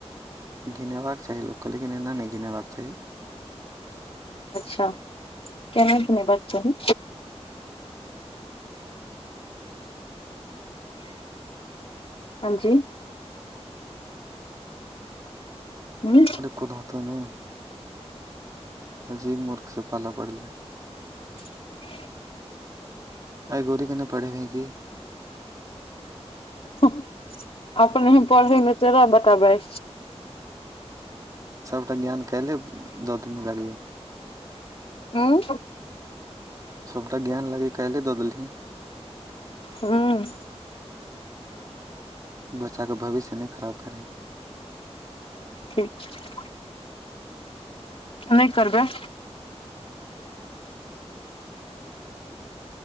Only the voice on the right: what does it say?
घिनेबाक चाही लोकके लेकिन एना नहि घिनेबाक चाही
कोनो होत नहि अजीब मुर्ख से पाला पड़लै
अइ गोरी के नहि पढ़ेबहीं की
सबटा ज्ञान कैल्हि दऽ देने रहिं
सभटा ज्ञान लागैए काल्हि दऽ देलहींन
बच्चाके भविष्य नहि खराब करहिं